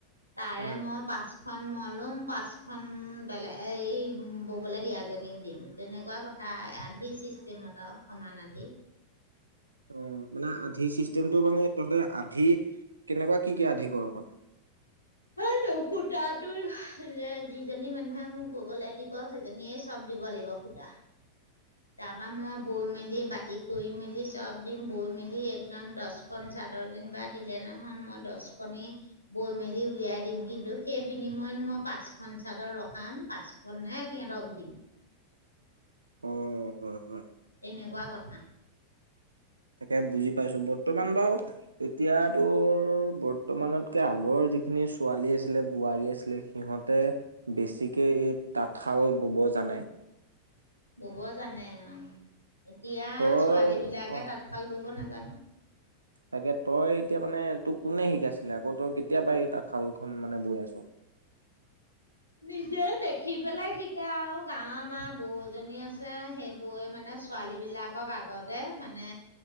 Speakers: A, on the left; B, on the right.
A: তাৰে
B: উম।
A: মই পাঁচ খন‌ মান লম পাঁচখন বেলে <unintelligible> ব'বলে দিয়াজনীক দিম, তেনেকুৱা কথা, আধি চিষ্টেমত আৰু সমান আধি।
B: অ'! মানে, আধি চিষ্টেমটো মানে? তহঁতে আধি, কেনেকুৱা? কি, কি আধি ক'ৰ মা
A: সেইটো, সূতাটো যিজনী মানুহে, মোক ব'বলে দিব সেইজনীয়ে চব দিব লাগিব সূতা। তাৰপা মই, বৈ মেলি বাতি কৰি মেলি, চব দিম বৈ মেলি, একদম দহখন চাদৰ যেনিবা দিলে নহয়, মই দহখনি বৈ মেলি উলিয়াই দিম। কিন্তু, সেই বিনিময়ত মই পাঁচখন চাদৰ ৰখাম, পাঁচখন নেৰাখি সিহঁতক দিম।
B: অ হয় হয়
A: এনেকুৱা কথা!
B: তাকে, বুজি পাইছো বৰ্তমান বাৰু এতিয়াতো, বৰ্তমানতকে আগৰ যিখিনি ছোৱালী আছিলে, বোৱাৰী আছিলে সিহঁতে বেছিকে <unintelligible> তাঁতশাল ব'ব জানে?
A: ব'ব জানে অ'। এতিয়া
B: তই
A: ছোৱালী বিলাকে
B: অ
A: তাঁতশাল ব'ব না জানো।
B: তাকে, তই এতিয়া মানে, তোক কোনে শিকাইছিলে। আকৌ, তই কেতিয়াপা তাতঁশাল খ কোন মানে বয় আছ?
A: নিজে দেখি পেলাই শিকা আৰু গাঁৱৰ আমাৰ বৌ এজনী আছে। সেই, বৌৱে মানে ছোৱালী বিলাকক আগতে মানে,